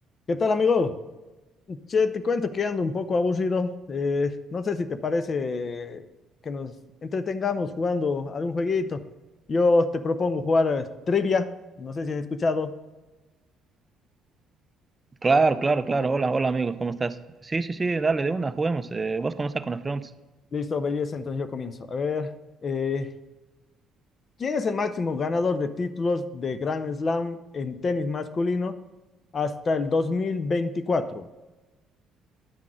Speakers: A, on the left; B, on the right.
A: ¿Qué tal, amigo? Che, te cuento que ando un poco aburrido. Eh, no sé si te parece que nos entretengamos jugando algún jueguito. Yo te propongo jugar eh, trivia. No sé si has escuchado.
B: Claro, claro, claro. Hola, hola amigos, ¿cómo estás? Sí, sí, sí, dale de una, juguemos. Eh, ¿vos cómo estás con la Fronts?
A: Listo, belleza, entonces yo comienzo. A ver, eh, ¿quién es el máximo ganador de títulos de Grand Slam en tenis masculino hasta el 2024?